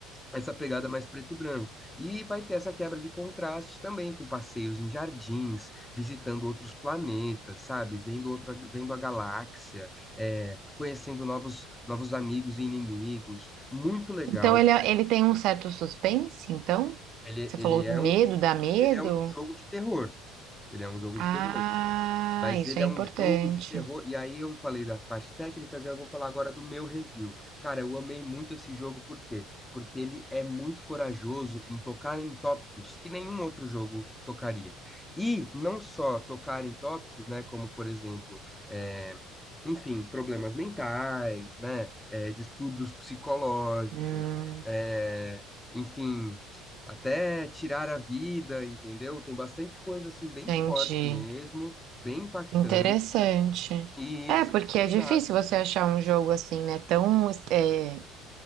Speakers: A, in the centre; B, on the right (about 50°).
A: essa pegada mais preto e branco. E vai ter essa quebra de contraste também com passeios em jardins, visitando outros planetas, sabe? Vendo outra, vendo a galáxia, é, conhecendo novos, novos amigos e inimigos. Muito legal.
B: Então ele, é, ele tem um certo suspense, então?
A: Ele,
B: Você
A: ele
B: falou
A: é
B: medo,
A: um,
B: dá medo?
A: ele é um jogo de terror. Ele é um jogo de
B: Ah,
A: terror. Mas
B: isso
A: ele
B: é
A: é
B: importante.
A: um jogo de terror. E aí eu falei das partes técnicas, e eu vou falar agora do meu review. Cara, eu amei muito esse jogo, por quê? Porque ele é muito corajoso em tocar em tópicos que nenhum outro jogo tocaria. E não só tocar em tópicos, né? Como, por exemplo, é, enfim, problemas mentais, né? é, distúrbios psicológicos,
B: Hum,
A: é, enfim. Até tirar a vida, entendeu? Tem bastante coisa assim bem
B: entendi.
A: forte mesmo bem impactante.
B: Interessante.
A: E,
B: É,
A: isso-
B: porque
A: e-
B: é
A: exato.
B: difícil você achar um jogo assim, né? Tão é,